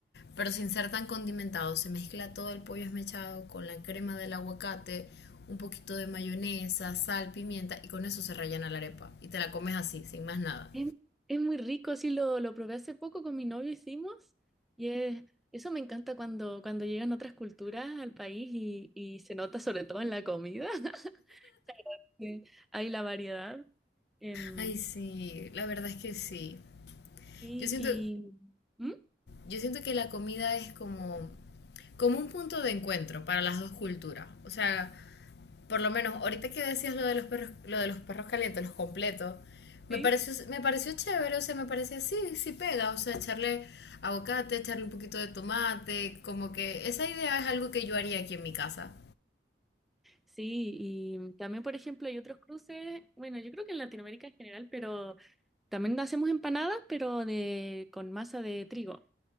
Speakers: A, on the left (about 65°); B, in the centre.
A: Pero sin ser tan condimentado, se mezcla todo el pollo esmechado con la crema del aguacate, un poquito de mayonesa, sal, pimienta, y con eso se rellena la arepa. Y te la comes así, sin más nada.
B: Es, es muy rico, sí, lo, lo probé hace poco con mi novio, hicimos. Y es- eso me encanta cuando, cuando llegan otras culturas al país y, y se nota sobre todo en la comida. <laughs> Sí, Hay la variedad. Em,
A: Ay, sí, la verdad es que sí.
B: Sí,
A: Yo siento,
B: y... ¿Mm?
A: yo siento que la comida es como, como un punto de encuentro para las dos culturas. O sea, por lo menos ahorita que decías lo de los perros, lo de los perros calientes, los completos,
B: Sí.
A: me pareció, me pareció chévere, o sea, me parecía sí, sí pega, o sea, echarle aguacate, echarle un poquito de tomate, como que esa idea es algo que yo haría aquí en mi casa.
B: Sí, y también, por ejemplo, hay otros cruces, bueno, yo creo que en Latinoamérica en general, pero también hacemos empanadas, pero de con masa de trigo.